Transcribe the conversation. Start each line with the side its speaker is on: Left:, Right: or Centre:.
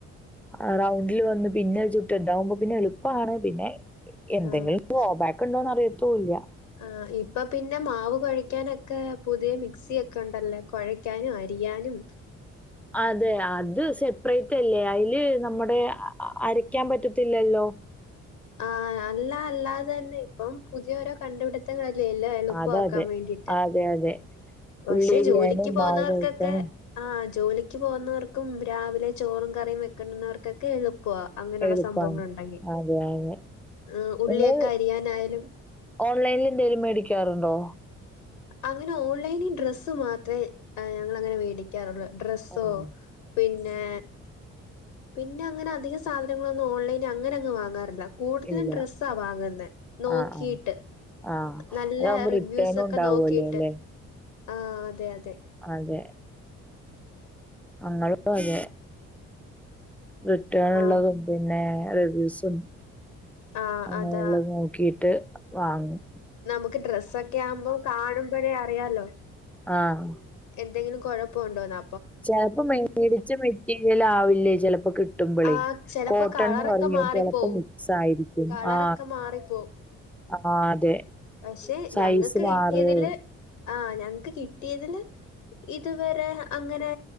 Centre: ആ റൗണ്ടിൽ വന്ന് പിന്നെ ചുട്ടുണ്ടാവുമ്പോ പിന്നെ എളുപ്പമാണ് പിന്നെ എന്തെങ്കിലും
Left: ആഹ്
Centre: ഗോബാക്ക് ഉണ്ടോന്ന് അറിയത്തൂല്ല
Left: ആഹ് ഇപ്പൊ പിന്നെ മാവ് കൊഴയ്ക്കാനൊക്കെ പുതിയ മിക്സിയൊക്കെ ഉണ്ടല്ലോ കൊഴയ്ക്കാനും അരിയാനും
Centre: അതെ അത് സെപ്പറേറ്റ് അല്ലേ അയില് നമ്മുടെ അരക്കാൻ പറ്റത്തില്ലല്ലോ
Left: ആ അല്ല അല്ലാതെ തന്നെ ഇപ്പം പുതിയോരോ കണ്ടുപിടി ത്തങ്ങളല്ലേ എല്ലാം എളുപ്പമാക്കാൻ
Centre: അതതെ അതെ
Left: വേണ്ടീട്ട്
Centre: അതെ അതെ
Left: പക്ഷെ
Centre: ഉള്ളി അരിയാനും
Left: ജോലിക്ക് പോന്നവർക്കൊക്കെ
Centre: മാവ് കഴിക്കാനും
Left: ആ ജോലിക്ക് പോകുന്നവർക്കും രാവിലെ ചോറും കറിയും വെക്കണ്ടുന്നവർക്കൊക്കെ എളുപ്പവാ അങ്ങനെയുള്ള
Centre: എളുപ്പമാണ്
Left: സംഭവങ്ങൾ ഉണ്ടെങ്കിൽ
Centre: അതെ അതെ
Left: ഏഹ ഉള്ളിയൊക്കെ
Centre: നിങ്ങൾ
Left: അരിയാനായാലും
Centre: ഓൺലൈനിൽ എന്തേലും മേടിക്കാറുണ്ടോ
Left: അങ്ങനെ ഓൺലൈനിൽ ഡ്രസ്സ് മാത്രേ ഏ ഞങ്ങളങ്ങനെ മേടിക്കാറുള്ളൂ ഡ്രസ്സോ
Centre: ആഹ്
Left: പിന്നെ പിന്നെ അങ്ങനെ അധിക സാധനങ്ങളൊന്നും ഓൺലൈന് അങ്ങന അങ്ങ് വാങ്ങാറില്ല കൂടുതലും
Centre: ഇല്ല
Left: ഡ്രെസ്സാ വാങ്ങുന്നേ നോക്കീട്ട്
Centre: ആഹ് ആഹ് ആഹ്
Left: നല്ല
Centre: അതാവുമ്പോ
Left: റിവ്യൂസ്
Centre: റിട്ടേണും
Left: ഒക്കെ
Centre: ഉണ്ടാവുമല്ലോ
Left: നോക്കീട്ട്
Centre: അല്ലെ
Left: ആ അതെ അതെ
Centre: അതെ ഞങ്ങളും അതെ റിട്ടേൺ ഇള്ളതും
Left: ആ
Centre: പിന്നെ റിവ്യൂസും
Left: ആ
Centre: അങ്ങനെയുള്ളത്
Left: അതാ
Centre: നോക്കീട്ട് വാങ്ങും
Left: നമുക്ക് ഡ്രസ്സെക്കെ ആവുമ്പോ കാണുമ്പോഴേ അറിയാലോ
Centre: ആഹ
Left: എന്തെങ്കിലും കൊഴപ്പണ്ടോന്ന്
Centre: ചയലപ്പോ മേടിച്ച മെറ്റീരിയൽ ആവില്ലേ ചെലപ്പോ കിട്ടുമ്പളേ
Left: ആ ചെലപ്പോ
Centre: കോ ട്ടൺന്ന്
Left: കളറൊക്കെ
Centre: പറയും
Left: മാറിപ്പോവും
Centre: ചെലപ്പ മിക്സ് ആയിരിക്കും
Left: കളറൊക്കെ
Centre: ആ
Left: മാറിപ്പോവും
Centre: ആ അതെ
Left: പക്ഷെ
Centre: സൈസ്
Left: ഞങ്ങക്ക്
Centre: മാറും
Left: കിട്ടിയതില് ആഹ ഞങ്ങക്ക് കിട്ടിയതില് ഇതുവരെ അങ്ങനെ